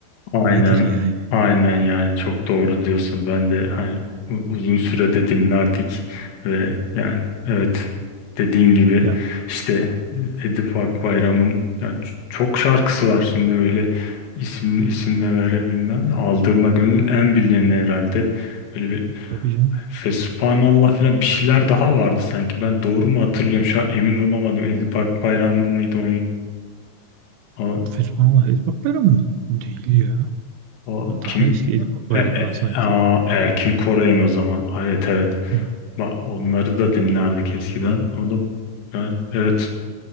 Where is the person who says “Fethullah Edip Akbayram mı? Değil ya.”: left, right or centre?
Right